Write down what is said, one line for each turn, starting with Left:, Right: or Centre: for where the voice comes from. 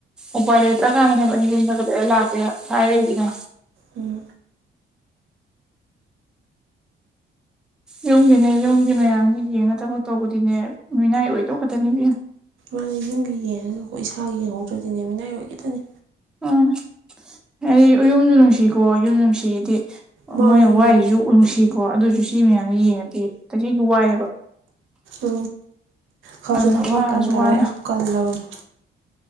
Centre: ꯎꯄꯥꯏ ꯂꯩꯇ꯭ꯔ ꯀꯥꯥꯟꯗꯅꯦꯕ ꯑꯩꯅ ꯌꯨꯝꯗꯒ ꯀꯨꯍꯔ ꯂꯥꯛꯀꯦ ꯍꯥꯏꯔꯛꯏꯖꯤꯅ
Right: ꯎꯝ
Centre: ꯌꯨꯝꯒꯤꯅꯦ ꯌꯨꯝꯒꯤ ꯃꯌꯥꯝꯁ ꯌꯦꯡꯉ ꯊꯕꯛ ꯇꯧꯕꯗꯤꯅꯦ ꯃꯤꯅꯥꯏ ꯑꯣꯏꯗꯧ ꯈꯛꯇꯅꯤ ꯏꯕꯦꯝꯃ
Right: ꯃꯥꯅ ꯌꯨꯝꯒꯤ ꯌꯦꯡꯉꯒꯀꯣ ꯏꯁꯥꯒꯤ ꯌꯦꯡꯍꯧꯗ꯭ꯔꯗꯤꯅꯦ ꯃꯤꯅꯥꯏ ꯑꯣꯏꯒꯗꯅꯦ
Centre: ꯎꯝ ꯍꯥꯏꯗꯤ ꯌꯨꯝꯁꯨ ꯅꯨꯡꯁꯤꯀꯣ ꯌꯨꯝ ꯅꯨꯡꯁꯤꯗꯤ
Right: ꯃꯥꯅꯦ
Centre: ꯃꯣꯏꯅ ꯋꯥꯏꯁꯤꯁꯨ
Right: ꯃꯥꯅꯦ
Centre: ꯎꯅꯨꯡꯁꯤꯀꯣ ꯑꯗꯨꯁꯨ ꯁꯤ ꯃꯌꯥꯝꯗ ꯌꯦꯡꯉꯗꯦ ꯀꯔꯤ ꯋꯥꯏꯑꯦꯕ
Right: ꯎ ꯈꯔꯁꯨ
Centre: ꯑꯗꯨꯅ
Right: ꯊꯃꯣꯏꯣꯏ
Centre: ꯋꯥꯔꯁꯨ
Right: ꯀꯟ ꯇꯥꯔꯦ
Centre: ꯋꯥꯅ
Right: ꯑꯩꯁꯨ ꯀꯜꯂꯕꯅꯤ